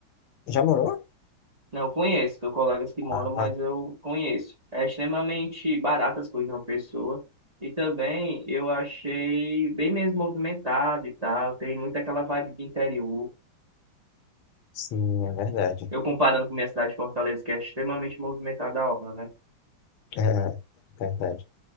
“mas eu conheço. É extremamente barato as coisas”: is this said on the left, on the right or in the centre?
Right